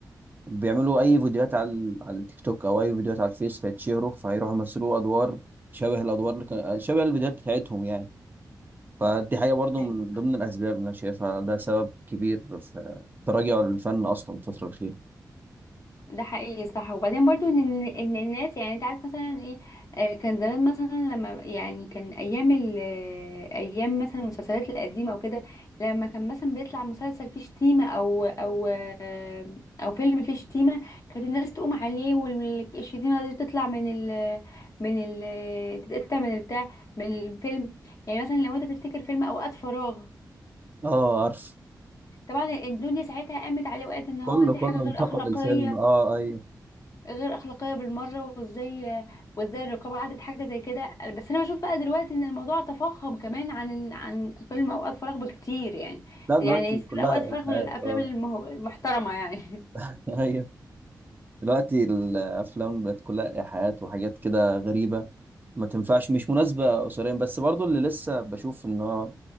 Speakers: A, on the right; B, on the left.
A: بيعملوا اي فيديوهات على ال- على التيك توك او اي فيديوهات على الفيس فيتشهروا فيروحوا يمثلوا ادوار شبه الادوار اللي كان شبه الفيديوهات بتاعتهم يعني فدي حاجه برضو
B: أيوة.
A: من ضمن الاسباب اللي انا شايفها ده سبب كبير في تراجع الفن اصلا الفتره الاخيره
B: ده حقيقي صح وبعدين برضو ان ان إن الناس يعني انت عارف مثلا ايه آه، كان زمان مثلا لما يعني كان ايام ال آه، ايام مثلا المسلسلات القديمه وكده لما كان مثلا بيطلع مسلسل فيه شتيمه او او آه، او فيلم فيه شتيمه كانت الناس تقوم عليه والشتيمه دي تطلع من ال من ال تتقطع من البتاع من الفيلم يعني مثلا لو انت تفتكر فيلم اوقات فراغ
A: اه عارف
B: طبعا الدنيا ساعتها قامت عليه وقالت ان
A: كله
B: هو دي
A: كله
B: حاجه غير
A: انتقد
B: اخلاقيه
A: الفيلم اه ايوه
B: غير اخلاقيه بالمره وازاي وازاي الرقابه عدت حاجه زي كده بس انا بشوف بقى دلوقتي ان الموضوع تفاقم كمان عن عن فيلم اوقات فراغ بكتير يعني
A: لا دلوقتي
B: يعني يصير
A: كلها
B: اوقات فراغ
A: إلحاد
B: من الافلام
A: اه
B: المه- المحترمه يعني
A: <laughs> ايوه دلوقتي الافلام بقت كلها ايحاءات وحاجات كده غريبه ما تنفعش مش مناسبه اسريا بس برضو اللي لسه بشوف ان هو